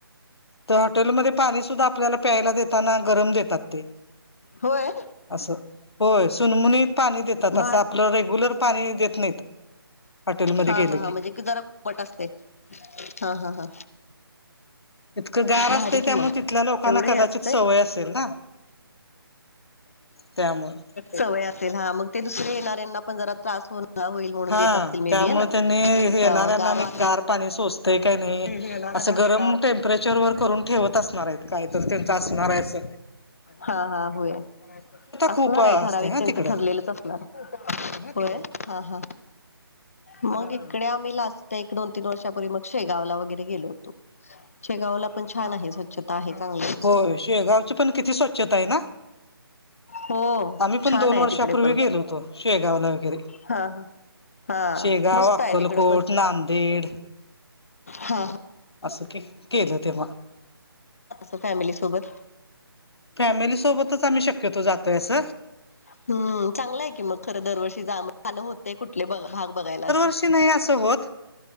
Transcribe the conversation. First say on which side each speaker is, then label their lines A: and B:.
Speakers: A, on the left; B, on the left.
A: त्या हॉटेलमध्ये पाणी सुद्धा आपल्याला प्यायला देताना. गरम देतात ते.
B: होय?
A: असं होय सुनमुनीत पाणी देतात. असं
B: भार
A: आपलं रेग्युलर पाणी देत नाहीत. हॉटेलमध्ये
B: हा
A: गेलं
B: हा हा.
A: की
B: म्हणजे जरा कोमट असतेय. हा हा हा.
A: इतकं गार
B: भारी
A: असते.
B: कि
A: त्यामुळे
B: मग
A: तिथल्या लोकांना
B: एवढं हे
A: कदाचित
B: असतंय
A: सवय असेल ना. त्यामुळं
B: सवय असेल हा. मग ते दुसऱ्या येणाऱ्यांना जरा त्रास होईल म्हणून
A: हा
B: देत असतील. May
A: त्यामुळे
B: be. गार
A: त्यांनी येणाऱ्यांना आणि
B: वातावरण
A: गार पाणी सोसतंय काही नाही.
B: येणाऱ्यांना
A: असं
B: आणि
A: गरम
B: गार
A: टेम्परेचरवर करून ठेवत असणारे. काय तर ते आसणाराय अस.
B: हा हा होय. असणारे
A: खूप असते
B: ठराविक
A: हा
B: त्यांचं
A: तिकडं
B: ठरलेलंच असणारे. होय हा हा. मग इकडे आम्ही लास्ट एक दोन तीन वर्षापूर्वी मग शेगावला वगैरे गेलो होतो. शेगावला पण छान आहे. स्वच्छता आहे चांगली. आहे
A: हो शेगावची पण किती स्वच्छता आहे ना.
B: हो
A: आम्ही पण
B: छान
A: दोन
B: आहे
A: वर्षापूर्वी
B: तिकडे पण
A: गेलो होतो. शेगावला वगैरे.
B: हा हा हा
A: शेगाव,
B: मस्त
A: अक्कलकोट,
B: आहे तिकडं पण
A: नांदेड.
B: हा हा.
A: असं के केलं तेव्हा.
B: फॅमिली सोबत.
A: फॅमिली सोबतच. आम्ही शक्यतो जातोय अस.
B: हम्म. चांगला आहे की मग खरं दरवर्षी जा झालं होतेय कुठले भाग बघायला असं.
A: दरवर्षी नाही असं होत.